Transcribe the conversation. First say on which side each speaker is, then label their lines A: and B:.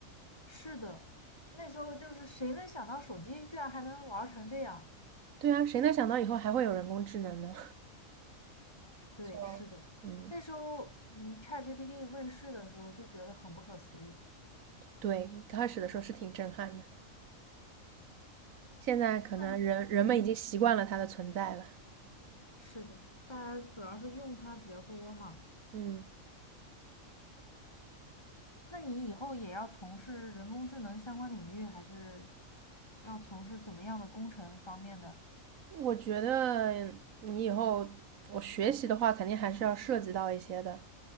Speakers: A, on the left (about 20°); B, on the right (about 70°).
A: 是的，那时候就是谁能想到手机居然还能玩儿成这样？
B: 对啊，谁能想到以后还会有人工智能呢？
A: 对，
B: <laughs> 就，
A: 是的，
B: 嗯，
A: 那时候嗯，ChatGPT 问世的时候就觉得很不可思议。
B: 对，刚开始的时候是挺震撼的，现在可能人人们已经习惯了它的存在了。
A: 对，嗯，是的，大家主要是用它比较多嘛。
B: 嗯，
A: 那你以后也要从事人工智能相关领域，还是要从事怎么样的工程方面的？
B: 我觉得你以后我学习的话，肯定还是要涉及到一些的，